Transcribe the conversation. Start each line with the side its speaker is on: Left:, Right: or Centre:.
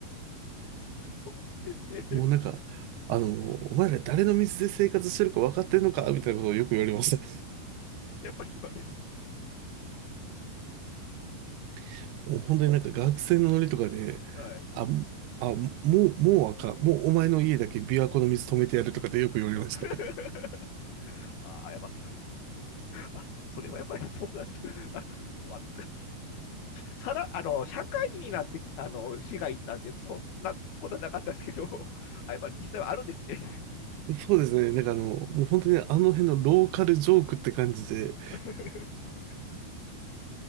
Left: そうなんですね。
Right: もうなんか、あの、お前ら誰の水で生活してるか分かってんのかみたいなことをよく言われました。
Left: <laughs> やっぱり言われる。
Right: <laughs> もう本当になんか学生のノリとかで、
Left: はい。
Right: あ、あ、もう、もうあかん。もうお前の家だけ琵琶湖の水止めてやるとかってよく言われました。
Left: <laughs> ああ、やっぱ <laughs> あ、それはやっぱりそうなんだ。<laughs> あわさら、あの、社会人になって、あの、市が行ったんで、そんなことはなかったですけど、<laughs> あ、やっぱり実際はあるんですね。
Right: そうですね。なんかあの、もう本当にあの辺のローカルジョークって感じで、
Left: <laughs>